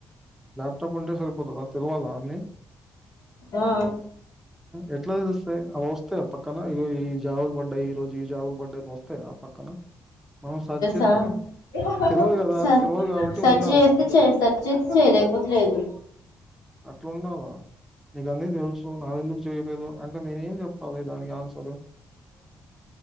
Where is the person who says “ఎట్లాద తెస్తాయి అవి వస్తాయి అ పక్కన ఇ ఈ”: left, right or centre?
Centre